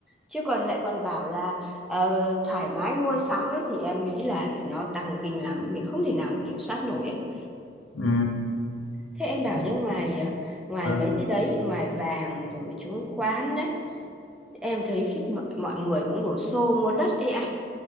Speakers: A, in the centre; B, on the left (about 75°).
A: chứ còn lại còn bảo là ờ, thoải mái mua sắm ấy thì em nghĩ là nó tăng kinh lắm mình không thể nào mà kiểm soát nổi ấy
B: ừ.
A: thế em bảo
B: Đấy.
A: như ngoài ờ, ngoài
B: Ừ.
A: mấy cái đấy ngoài vàng rồi chứng khoán đấy em thấy khiếp mọi, mọi người cũng đổ xô mua đất đi ạ